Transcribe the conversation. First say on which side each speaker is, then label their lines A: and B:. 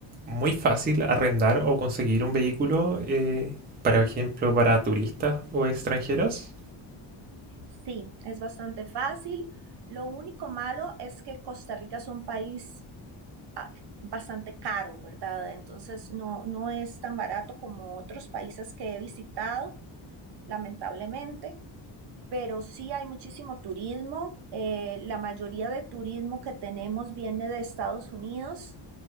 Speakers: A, on the right (about 20°); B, on the right (about 55°).
A: muy fácil arrendar o conseguir un vehículo, eh, por ejemplo, para turistas o extranjeros.
B: Sí, es bastante fácil. Lo único malo es que Costa Rica es un país ah, bastante caro, ¿verdad? Entonces no, no es tan barato como otros países que he visitado, lamentablemente. pero sí hay muchísimo turismo. eh, la mayoría de turismo que tenemos viene de Estados Unidos,